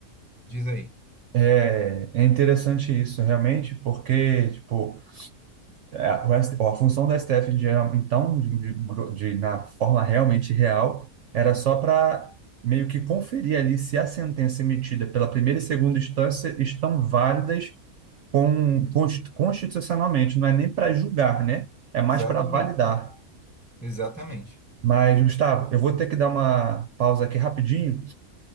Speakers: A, in the centre; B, on the right (about 65°).
A: diz aí.
B: É, é interessante isso, realmente, porque, tipo, a, o S- a função do STF, geral- então, de, de gro- de- na forma realmente real, era só para meio que conferir ali se a sentença emitida pela primeira e segunda instância estão válidas com, const- constitucionalmente, não é nem para julgar, né? É mais
A: Exatamente.
B: para validar.
A: Exatamente.
B: Mas, Gustavo, eu vou ter que dar uma pausa aqui rapidinho